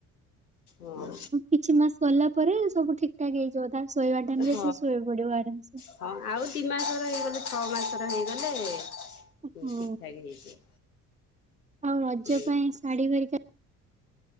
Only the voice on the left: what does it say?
ହୁଁ।
ହଁ।
ହଁ ଆଉ ଦି ମାସର ହେଇଗଲେ ଛଅ ମାସର ହେଇଗଲେ ସବୁ
ଠିକ ଠାକ ହେଇଯିବ।
ହୁଁ